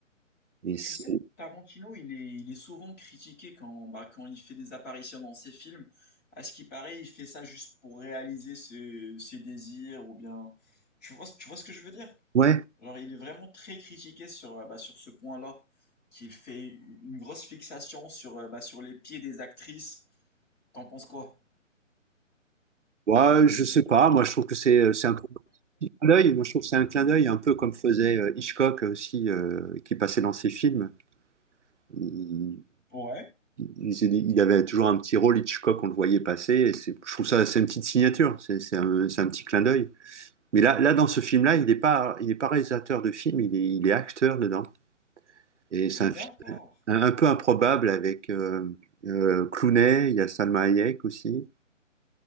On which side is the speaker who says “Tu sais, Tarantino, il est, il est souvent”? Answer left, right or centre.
Left